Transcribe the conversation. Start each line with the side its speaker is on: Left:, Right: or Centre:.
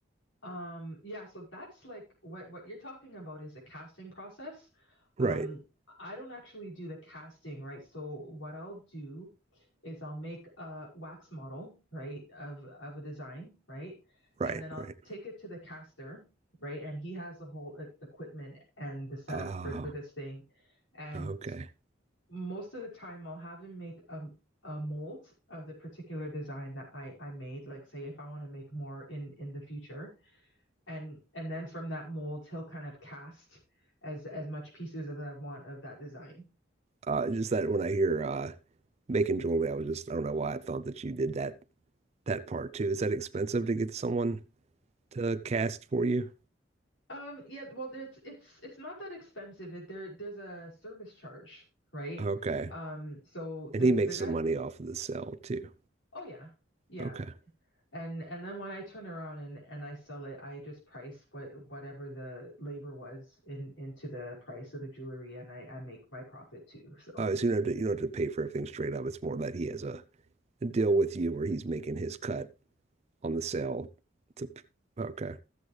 Left: Um, yeah, so that's like what what you're talking about is a casting process.
Right: Right,
Left: Um, I don't actually do the casting, right? So what I'll do is I'll make a wax model, right, of of a design, right?
Right: right,
Left: And then I'll
Right: right.
Left: take it to the caster, right? And he has the whole e- equipment and the setup
Right: Oh,
Left: for for this thing. And
Right: okay.
Left: s- most of the time I'll have him make a a mold of the particular design that I I made, like say if I want to make more in in the future and and then from that mold he'll kind of cast as as much pieces as I want of that design.
Right: Uh, just that when I hear uh making jewelry, I was just I don't know why I thought that you did that that part too. Is that expensive to get someone to cast for you?
Left: Um, yeah, well, it's it's it's not that expensive. It, there there's a service charge, right?
Right: Okay.
Left: Um, so
Right: And
Left: the
Right: he
Left: the
Right: makes
Left: guy,
Right: some money off of the sale too.
Left: oh yeah, yeah,
Right: Okay.
Left: and and then when I turn around and and I sell it, I just price what whatever the labor was in into the price of the jewelry, and I I make my profit too. So
Right: Oh, so you don't have to, you don't have to pay for everything straight up. It's more that he has a, a deal with you where he's making his cut on the sale to, okay.